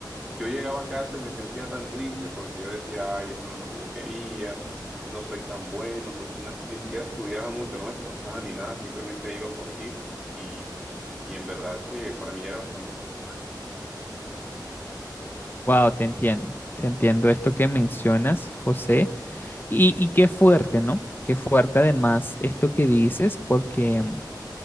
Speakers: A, in the centre; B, on the left (about 25°).
A: yo llegaba a casa y me sentía tan triste porque yo decía, ay, esto no es lo que yo quería, no soy tan bueno, no, no- ni siquiera estudiaba mucho, no me esforzaba ni nada, simplemente iba por ir y, y en verdad que para mí era bastante frustrante.
B: Wow, te entiendo. Te entiendo esto que mencionas, José. Y, y qué fuerte, ¿no? Qué fuerte además esto que dices, porque,